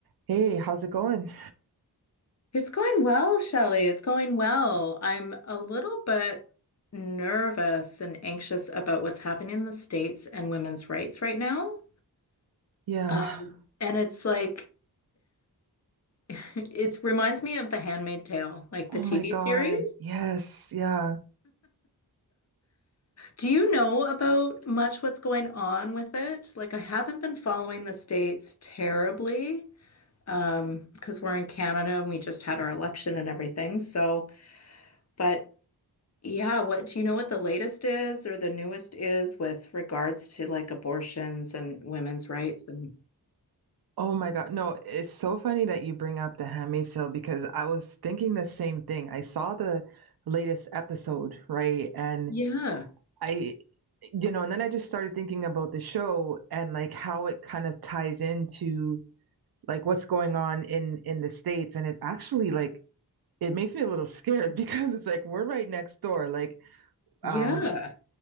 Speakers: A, on the right; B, on the left.
A: Hey, how's it going?
B: It's going well, Shelley. It's going well. I'm a little bit nervous and anxious about what's happening in the States and women's rights right now.
A: Yeah.
B: Um, and it's like, <laughs> it reminds me of The Handmaid's Tale, like
A: Oh
B: the TV
A: my God.
B: series.
A: Yes. Yeah.
B: Do you know about much what's going on with it? Like, I haven't been following the States terribly, um, because we're in Canada and we just had our election and everything. So, but Yeah, what do you know what the latest is or the newest is with regards to like abortions and women's rights and
A: Oh my God. No, it's so funny that you bring up The Handmaid's Tale because I was thinking the same thing. I saw the latest episode, right? And
B: yeah,
A: I, you know, and then I just started thinking about the show and like how it kind of ties into like what's going on in in the States. And it actually like it makes me a little scared <laughs> because it's like we're right next door. Like,
B: yeah,
A: um,